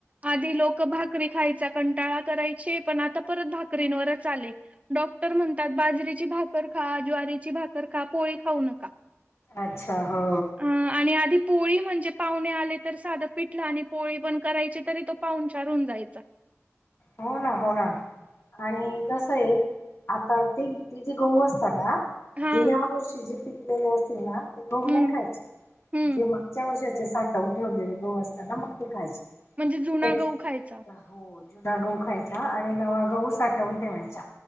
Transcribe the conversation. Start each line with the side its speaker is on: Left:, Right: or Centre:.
Right: आधी, लोक भाकरी खायचा कंटाळा करायचे, पण आता परत भाकरीवरच आले. डॉक्टर म्हणतात, बाजरीेची भाकरखा, ज्वारीची भाकरखा, पोळी खाऊ नका.
Left: अच्छा, हो,
Right: अ आणि, आधी पोळी म्हणजे, पाहुणे आले तर साधं पिठलं, आणि पोळी पण करायची, तरी तो पाहुनचार होउन जायचा.
Left: हो, ना, हो, ना आणि कसं हे, आता ते तेजे, गहू असता ना.
Right: हा
Left: जी, ह्या वर्षी जे पिकलेले असतील ना ते, गहू
Right: हम्म
Left: नाही खायचे,
Right: हम्म
Left: जे मागच्या वर्षाचे साठावून ठेवलेले, गहू असताना मग ते खायचे.
Right: म्हणजे, जुना
Left: तेच
Right: गहू खायचा.
Left: हो, जुना गहू खायचा, आणि नवा गहू साठवून ठेवायचा,